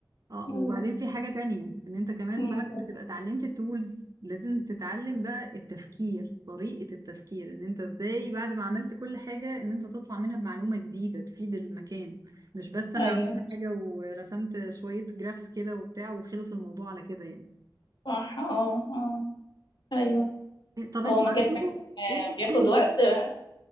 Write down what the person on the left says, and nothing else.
أيوه
أمم،
أيوه
صح اه اه أيوه
هو مجال
فعلا
آه، بياخد وقت آه،